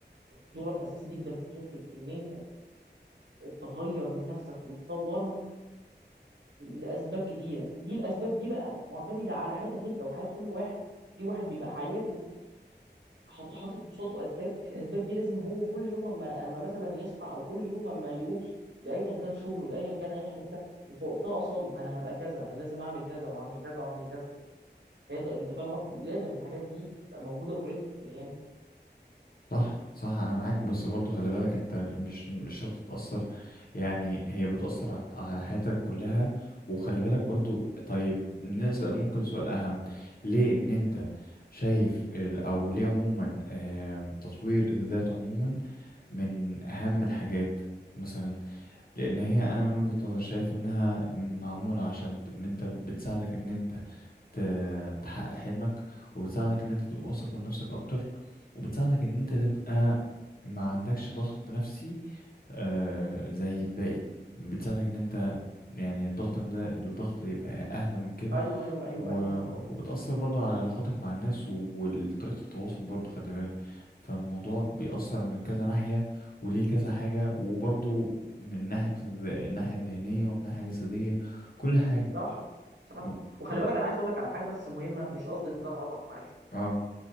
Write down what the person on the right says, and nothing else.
دورك اساسي جدا في حته ان انت تغير من نفسك وتطورها لاسباب كتيره دي الاسباب دي بقى معتمده على حياتك انت وحياه كل واحد في واحد بيبقى حياته حاطط حاطط قصاده اسباب الاسباب دي لازم هو كل يوم اما اما مثلا يصحى او كل يوم اما يروح لايا كان شغله لايا كان اي حته يحطها قصاده انا هبقى كذا انا لازم اعمل كذا واعمل كذا واعمل كذا فيبدا انت فاهم قصدي لازم الحاجات دي تبقى موجوده اوريدي في البني آدم.
ايوه ايوه ايوه
ايوه آه.
صح صح
وخلي
بالك انا عايز اقول لك على حاجه بس مهمه مش قصدي ان انا اقطعك معلش